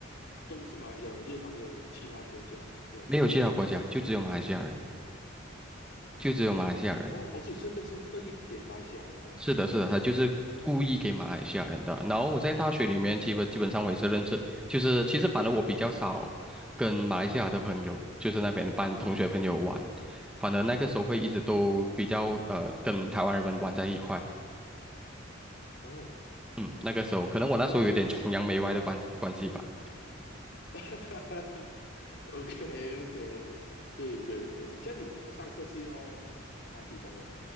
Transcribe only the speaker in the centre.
没有其他国家，就只有马来西亚人，就只有马来西亚人。
是的，是的，他就是故意给马来西亚人的。然后我在大学里面，基本基本上我也是认识，就是其实反正我比较少跟马来西亚的朋友，就是那边的班同学朋友玩，反而那个时候会一直都比较呃跟台湾人们玩在一块。
嗯，那个时候可能我那时候有点崇洋媚外的关关系吧。